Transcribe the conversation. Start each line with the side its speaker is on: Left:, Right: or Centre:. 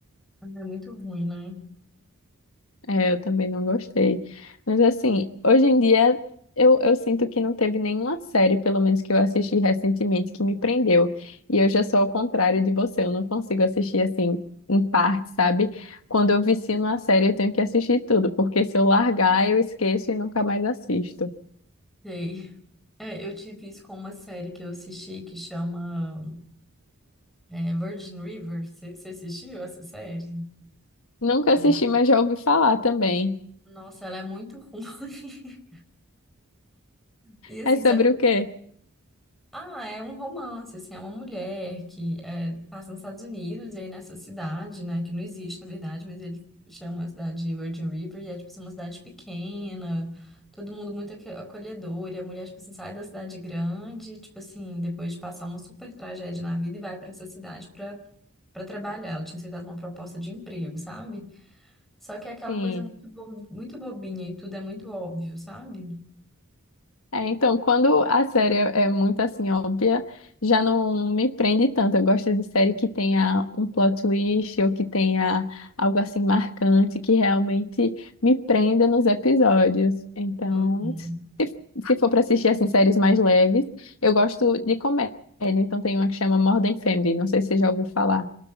Centre: Ah, É muito ruim, né?
Left: É, eu também não gostei. Mas assim, hoje em dia eu, eu sinto que não teve nenhuma série, pelo menos que eu assisti recentemente, que me prendeu. E eu já sou ao contrário de você, eu não consigo assistir assim em parte, sabe? Quando eu vicio numa série, eu tenho que assistir tudo, porque se eu largar, eu esqueço e nunca mais assisto.
Centre: Sei. É, eu tive isso com uma série que eu assisti que chama é, Virgin River. Você assistiu essa série?
Left: Nunca
Centre: Não.
Left: assisti, mas já ouvi falar também.
Centre: Nossa, ela é muito ruim. <laughs> E assim,
Left: É sobre
Centre: só que eu
Left: o quê?
Centre: Ah, é um romance, assim, é uma mulher que é, passa nos Estados Unidos e aí nessa cidade, né, que não existe na verdade, mas ele chama a cidade de Virgin River e é, tipo assim, uma cidade pequena, todo mundo muito aque- acolhedor e a mulher, tipo assim, sai da cidade grande, tipo assim, depois de passar uma super tragédia na vida e vai pra essa cidade pra, pra trabalhar. Ela tinha aceitado uma proposta de emprego, sabe? Só que é aquela
Left: Sim.
Centre: coisa muito, bo- muito bobinha e tudo é muito óbvio, sabe?
Left: É, então, quando a série é é muito assim óbvia, já não me prende tanto. Eu gosto de série que tenha um plot twist ou que tenha algo assim marcante que realmente me prenda nos episódios. Então,
Centre: Uhum.
Left: se for para assistir assim
Centre: Sim.
Left: séries mais leves, eu gosto de comédia. Então, tem uma que chama Modern Family, não sei se você já ouviu falar.